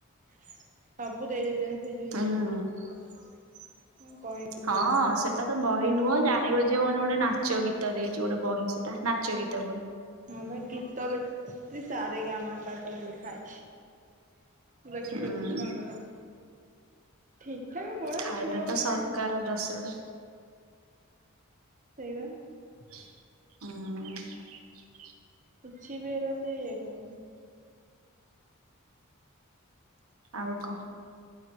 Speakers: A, on the right; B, on the right.
A: ସବୁ ଦେଇଦେଇଚନ୍ତି ସେ ଯଉ
B: ହୁଁ
A: ଇଏରେ। କଣ କହିବୁ
B: ହଁ
A: ଆଉ
B: ସେଟା ତ ବହି ନୁହଁ? ଜାଣିବ ଯେ କଣ ଗୋଟେ ନାଚ ଗୀତ ଦେଇଚି ଗୋଟେ ବହି ସେଟା ନାଚ ଗୀତ ବହି।
A: ହଁ ପା ଗୀତ ଲେଖି <unintelligible> ସାରେ ଗାମା ପା ସବୁ ଲେଖାହେଇଚି। ଦେଖୁଥିଲି
B: ହୁଁ
A: ଛୁଆଙ୍କର। ଠିକ ଠାକ ବା
B: ଖାଇଲା
A: ଛୁଆ
B: ତ
A: ଉଁ
B: ସରକାର ଦଶଟା
A: ସେଇବା
B: ଉଁ
A: କିଛି ବି ଏରା ସେ ହେଇପାରିବନି।
B: ଆଉ କ?